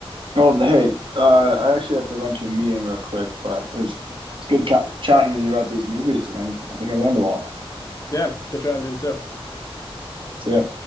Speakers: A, on the right (about 55°); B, on the left (about 35°).
A: Well, hey, uh, I actually have to run to a meeting real quick, but it's it's good ca chatting with you about these movies, and I I think I learned a lot.
B: Yeah, good trying to do too.
A: So yeah.